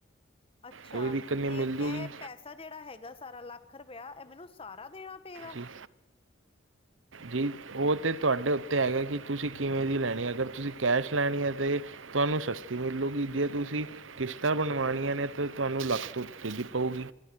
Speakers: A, on the left (about 30°); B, on the right (about 80°).
A: ਅੱਛਾ
B: ਕੋਈ ਦਿੱਕਤ ਨਹੀਂ
A: ਤੇ
B: ਮਿਲ
A: ਇਹ
B: ਜੂਗੀ
A: ਪੈਸੇ ਪੈਸਾ ਜਿਹੜਾ ਹੈਗਾ, ਸਾਰਾ ਲੱਖ ਰੁਪਇਆ, ਇਹ ਮੈਨੂੰ ਸਾਰਾ ਦੇਣਾ ਪਏਗਾ?
B: ਜੀ ਜੀ, ਉਹ ਤਾਂ ਤੁਹਾਡੇ ਉੱਤੇ ਹੈਗਾ, ਕਿ ਤੁਸੀਂ ਕਿਵੇਂ ਦੀ ਲੈਣੀ, ਅਗਰ ਤੁਸੀਂ ਕੈਸ਼ ਲੈਣੀ ਹੈ ਤਾਂ ਤੁਹਾਨੂੰ, ਸਸਤੀ ਮਿਲੂਗੀ ਜੇ ਤੁਸੀਂ ਕਿਸ਼ਤਾਂ ਬਣਵਾਉਣੀਆਂ ਨੇ, ਤਾਂ ਤੁਹਾਨੂੰ ਲੱਖ ਤੋਂ ਉਤੇ ਦੀ ਪਊਗੀ।